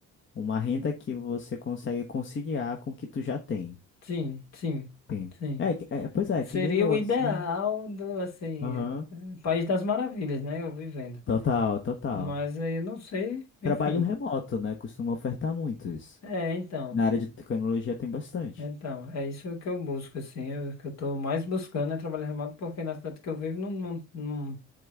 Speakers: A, on the left; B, on the left.
A: Uma renda que você consegue conciliar com o que tu já tem.
B: sim, sim,
A: Sim.
B: sim.
A: É, que- é, pois é,
B: Seria
A: que nem eu
B: o ideal
A: assim.
B: do, assim,
A: Aham.
B: País das Maravilhas, né? Eu vivendo.
A: Total, total.
B: Mas aí eu não sei, enfim.
A: Trabalho remoto, né? Costuma ofertar muito isso.
B: É, então.
A: Na área de tecnologia tem bastante.
B: Então, é isso que eu busco, assim. Eu- O que eu tô mais buscando é trabalho remoto, porque na cidade que eu vivo não, não, não